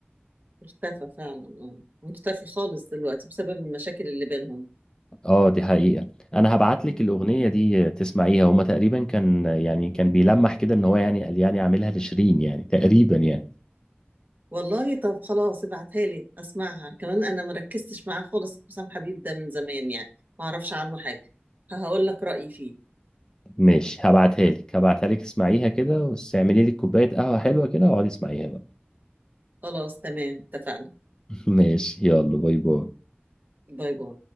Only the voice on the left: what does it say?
اه دي حقيقه انا هبعت لك
الاغنيه دي آه، تسمعيها هما تقريبا كان يعني كان بيلمح كده ان هو يعني قال يعني عاملها لشيرين يعني تقريبا يعني
ماشي هبعتها لك هبعتها لك اسمعيها كده واستعملي لك كوبايه قهوه حلوه كده واقعدي اسمعيها بقى
ماشي يلا باي باي